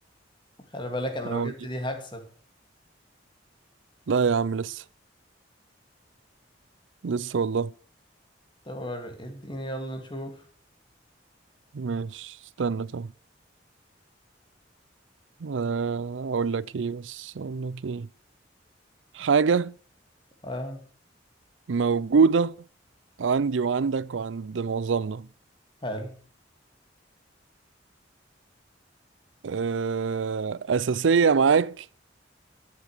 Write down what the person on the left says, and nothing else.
خلي بالك انا
لو جبت
دي هكسب
طب اديني يلا نشوف
اه
حلو